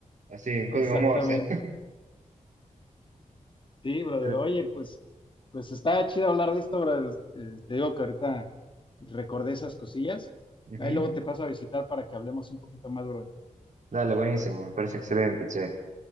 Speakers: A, on the right; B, on the left.
A: así en código
B: Exactamente.
A: Morse.
B: Sí, brother.
A: <laughs> Pero-
B: Oye, pues, pues está chido hablar de esto, brother. Eh, te digo que ahorita recordé esas cosillas.
A: Ujú.
B: Ahí luego te paso a visitar para que hablemos un poquito más, brother.
A: Dale, buenísimo, me parece excelente, che.